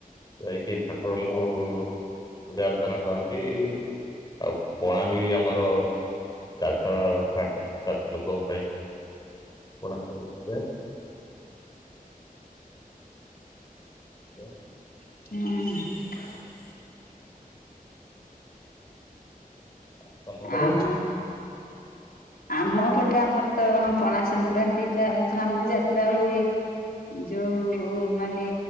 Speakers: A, on the left; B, on the left.
A: ଯାଇକି, ଠାକୁରଙ୍କୁ ପୂଜା ଅର୍ଚ୍ଚନା କରନ୍ତି। ଆଉ ପଣା ବି ଆମର ଚାରିଶହ ସାଡେ ତିନିଶହ ଚାରିଶହ ଲୋକଙ୍କ ପାଇଁ ପଣା ତିଆ <unintelligible>
B: ହୁଁ।
A: ଆଉ ତମ ଘର?
B: ଆମ ଆମ ପଟେ ଆମର ତ, ହଁ ପଣା ସଂକ୍ରାନ୍ତିଟା ଝାମୁ ଯାତ୍ରା ହୁଏ। ଯୋଉ ମାନେ